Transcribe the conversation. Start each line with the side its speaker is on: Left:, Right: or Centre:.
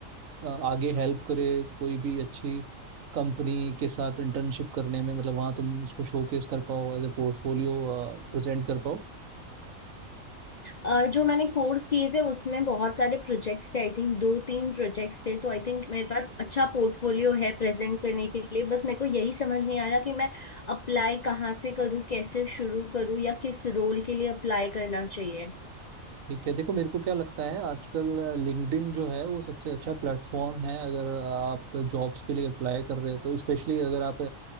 Right: अ, अ, आगे हेल्प करे कोई भी अच्छी कंपनी के साथ इंटर्नशिप करने में मतलब वहाँ तुम उसको शोकेस कर पाओ एज ए पोर्टफोलियो प्रेजेंट कर पाओ
Left: अ, जो मैंने कोर्स किए थे उसमें बहुत सारे प्रोजेक्ट्स थे आई थिंक दो तीन प्रोजेक्ट्स थे तो आई थिंक मेरे पास अच्छा पोर्टफोलियो है प्रेजेंट करने के लिए बस मेरे को यही समझ नहीं आ रहा कि मैं अप्लाई कहाँ से करूँ कैसे शुरू करूँ या किस रोल के लिए अप्लाई करना चाहिए
Right: ठीक है देखो मेरे को क्या लगता है आजकल लिंक्डइन जो है वो सबसे अच्छा प्लेटफॉर्म है अगर आप जॉब्स के लिए अप्लाई कर रहे हो तो स्पेशली अगर आप